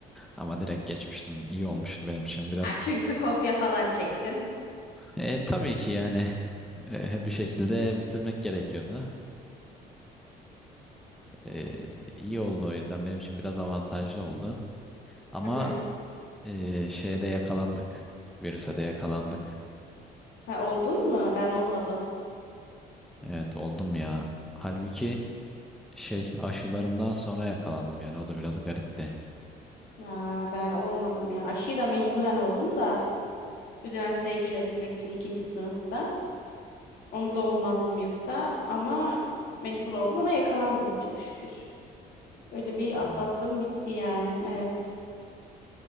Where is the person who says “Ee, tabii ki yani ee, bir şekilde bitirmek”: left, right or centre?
Centre